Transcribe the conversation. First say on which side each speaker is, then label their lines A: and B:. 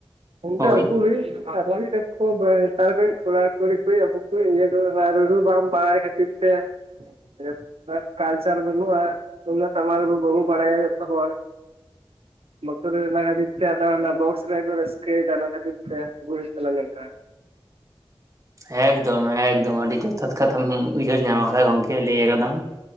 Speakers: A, on the right (about 80°); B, on the right (about 35°).
A: ᱚᱱᱰᱮ
B: ᱦᱳᱭ
A: ᱟᱜᱩ ᱦᱩᱭᱮᱱ ᱟᱨ <unintelligible> ᱠᱚᱲᱟ ᱠᱩᱤ ᱠᱩᱭᱤᱡ ᱟᱵᱚ ᱠᱩᱭᱤᱡ ᱤᱭᱟᱹ ᱠᱚ ᱚᱱᱟ ᱨᱩ ᱨᱩ ᱵᱟᱢ ᱵᱟᱲᱟᱭ ᱠᱷᱟᱹᱛᱤᱨ ᱛᱮ <unintelligible> ᱠᱟᱞᱪᱟᱨ ᱵᱟᱹᱱᱩᱜᱼᱟ, ᱛᱩᱢᱫᱟᱜ ᱴᱟᱢᱟᱠᱩ ᱵᱟᱵᱚ ᱵᱟᱲᱟᱭᱟ ᱡᱚᱛᱚ ᱦᱚᱲ᱾
B: <inaudible>
A: ᱵᱟᱠᱟ ᱨᱮᱱ ᱚᱱᱟ ᱠᱷᱟᱭᱤᱨ ᱛᱮ ᱟᱫᱚ ᱦᱟᱱᱮ ᱵᱚᱠᱥ ᱨᱮᱠᱚ ᱨᱟᱥᱠᱟᱭᱫᱟ ᱚᱱᱟ ᱠᱷᱟᱛᱤᱨ ᱛᱮ ᱟᱜᱩ ᱦᱩᱭᱩᱜ ᱠᱟᱱᱟ ᱱᱮᱝᱠᱟ᱾
B: <inaudible> ᱮᱠᱫᱚᱢ ᱮᱠᱫᱚᱢ ᱟᱹᱰᱤ ᱡᱚᱛᱷᱟᱛ ᱠᱟᱛᱷᱟᱢ ᱩᱭᱦᱟᱹᱨ ᱧᱟᱢ ᱠᱟᱫᱟ ᱜᱚᱢᱠᱮ ᱞᱟᱹᱭ ᱟᱠᱟᱫᱟᱢ᱾